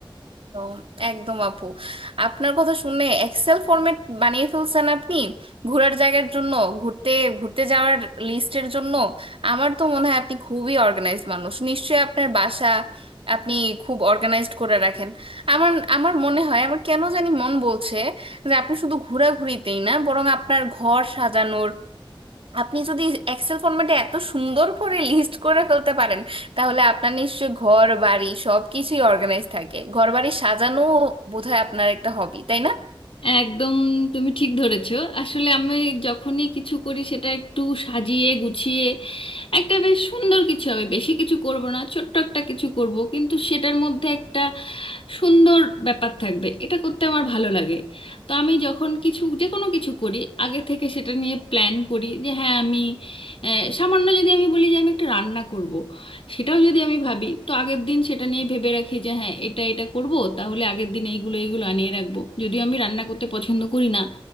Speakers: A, on the right; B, on the left.
A: একদম একদম আপু আপনার কথা শুনে এক্সেল ফরম্যাট বানিয়ে ফেলছেন আপনি ঘোরার জায়গার জন্য ঘুরতে ঘুরতে যাওয়ার লিস্টের জন্য আমার তো মনে হয় আপনি খুবই অর্গানাইজড মানুষ নিশ্চয়ই আপনার বাসা আপনি খুব অর্গানাইজড করে রাখেন আমার আমার মনে হয় আমার কেন জানি মন বলছে যে আপনি শুধু ঘোরাঘুরিতেই না বরং আপনার ঘর সাজানোর আপনি যদি এক্সেল ফরম্যাটে এত সুন্দর করে লিস্ট করে ফেলতে পারেন তাহলে আপনার নিশ্চয়ই ঘর বাড়ি সবকিছুই অর্গানাইজ থাকে ঘর বাড়ি সাজানো বোধহয় আপনার একটা হবি তাই না
B: একদম তুমি ঠিক ধরেছো আসলে আমি যখনই কিছু করি সেটা একটু সাজিয়ে গুছিয়ে একটা বেশ সুন্দর কিছু হবে বেশি কিছু করব না ছোট্ট একটা কিছু করব কিন্তু সেটার মধ্যে একটা সুন্দর ব্যাপার থাকবে এটা করতে আমার ভালো লাগে তো আমি যখন কিছু যে কোনো কিছু করি আগে থেকে সেটা নিয়ে প্ল্যান করি যে হ্যাঁ আমি আহ, সামান্য যদি আমি বলি যে আমি একটা রান্না করব সেটাও যদি আমি ভাবি তো আগের দিন সেটা নিয়ে ভেবে রাখি যে হ্যাঁ এটা এটা করব তাহলে আগের দিন এইগুলো এইগুলো আনিয়ে রাখবো যদিও আমি রান্না করতে পছন্দ করি না